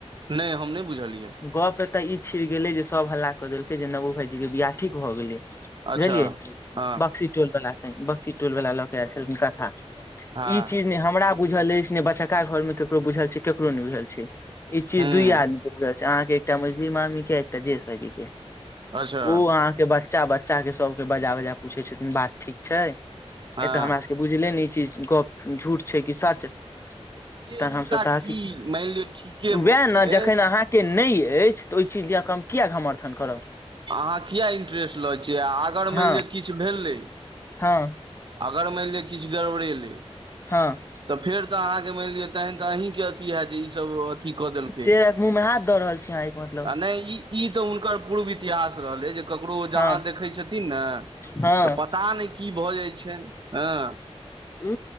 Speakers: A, on the right (about 45°); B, on the left (about 25°).
A: नहि हम नहि बुझलियै
B: गप एतअ ई छिड़ गेलै जे सब हल्ला कऽ देलकै जे नवो भाईजी के बियाह ठीक भऽ गेलै बुझलियै
A: अच्छा हँ
B: बक्सी टोल बला संगे बक्सी टोल बाला लऽ के आयल छलखीन कथा
A: हँ
B: ई चीज ने हमरा बुझल अछि ने बच्चाका घर मे केकरो बुझल छै केकरो नहि बुझल छै ई चीज
A: हूँ
B: दुये आदमी के बुझल छै अहाँके एकटा मैझली मामी के एकटा जेस भाईजी के
A: अच्छा
B: ओ अहाँके बच्चा बच्चा के सबके बजा बजा पूछैत छथिन बात ठीक छै
A: हँ
B: एतऽ हमरा सभके बुझले नै छै गप झूठ छै कि सच तहन
A: से हुनका
B: हम सब ताकि
A: की
B: वएह
A: मानि लिअ ठीके भऽ गेलै
B: न जखन अहाँ नै अछि तऽ ओहि चीज ल कऽ हम किए घमर्थन करब
A: अहाँ किया इंट्रेस लऽ छियै आ अगर मानि
B: हँ
A: लिअ किछु भेलय
B: हँ
A: अगर माएन लिय किछ गड़बड़ेलै
B: हँ
A: तऽ फेर तऽ अहाँके मानि लिअ तहन तऽ अहिके अथी हैत जे ई सभ अथी कऽ देलकै
B: से मुँहमे हाथ दऽ रहल छीयै आहाँ मतलब
A: आ नहि ई ई तऽ हुनकर पूर्व इतिहास रहलय जे ककरो जहाँ
B: हँ
A: देखै छथिन ने
B: हँ
A: तऽ का नै कि भो भऽ जाइ छैन हँ।
B: हू